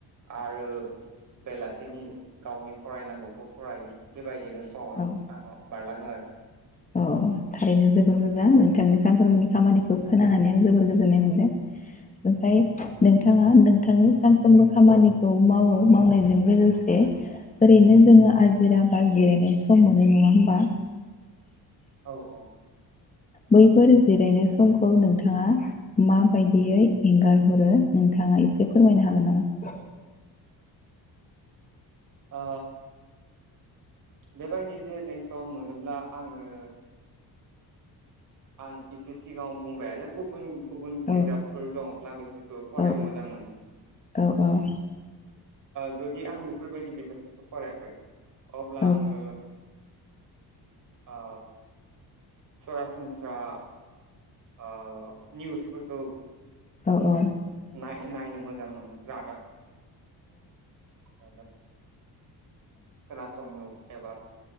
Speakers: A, on the right; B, on the left.
A: आरो बेलासेनि गावनि फरायनांगौखौ फरायो बेबायदिनो <unintelligible>
B: औ
A: बारलाङो आरो
B: अ थारैनो जोबोर मोजां नोंथांनि सानफ्रोमबोनि खामानिखौ खोनानानै आं जोबोर गोजोननाय मोनदों ओमफ्राय नोंथाङा नोंथांनि सानफ्रोमबो खामानिखौ मावो मावनायजों लोगोसे ओरैनो जोङो आजिरा बा जिरायनाय सम मोनो नङा होमबा?
A: औ औ
B: बैफोर जिरायनाय समखौ नोंथाङा माबायदियै एंगार हरो नोंथाङा एसे फोरमायनो हागोन नामा?
A: ओ बेबायदि जिरनाय सम मोनोब्ला आङो आं एसे सिगाङाव बुंबायानो गुबुन गुबुन बिजाबफोर
B: औ
A: दंब्ला बेफोरखौ फरायनो
B: औ
A: मोजां मोनो
B: औ औ
A: जुदि आं बेफोरबायदि बिजाबफोरखौ फरायाखै अब्ला
B: औ
A: आङो ओ सरासनस्रा ओ निउसफोरखौ
B: औ औ
A: नाय नायनो मोजां मोनो। जादाब गादाब। खोनासंनो एबा